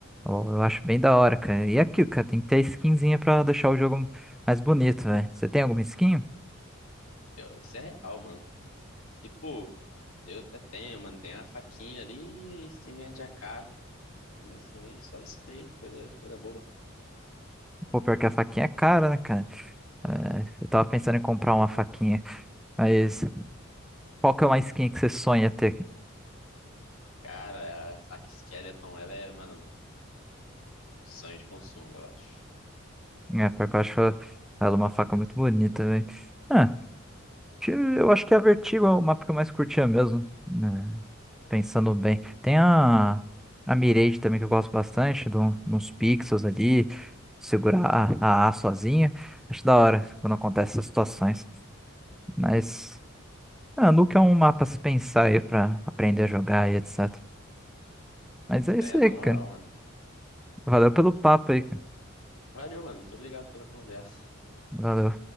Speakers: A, in the centre; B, on the left.
A: Eu, eu acho bem da hora, cara. E é aquilo, cara, tem que ter skinzinha pra deixar o jogo mais bonito, velho. Você tem alguma skin?
B: Eu- isso é real, mano. E, pô, eu até tenho, mano, tem uma faquinha ali e a skinzinha de AK, mas também só isso aí, coisa, coisa boba.
A: Pô, pior que a faquinha é cara, né, cara? É, eu tava pensando em comprar uma faquinha, mas qual que é uma skin que você sonha ter?
B: Cara, a faca Skeleton, ela é, mano, sonho de consumo, eu acho.
A: É, pior que eu acho ela uma faca muito bonita, velho. Ah, ti- eu acho que é a Vertigo é o mapa que eu mais curtia mesmo. né? Pensando bem. Tem a, a Mirage também que eu gosto bastante, de, um- de uns pixels ali, segurar a, a A sozinha. Acho da hora quando acontece essas situações. Mas ah Nuke é um mapa a se pensar aí pra aprender a jogar e etc. Mas é
B: É,
A: isso aí,
B: na moral,
A: cara.
B: mano.
A: Valeu pelo papo aí, cara.
B: Valeu, mano. Muito obrigado pela conversa.
A: Valeu.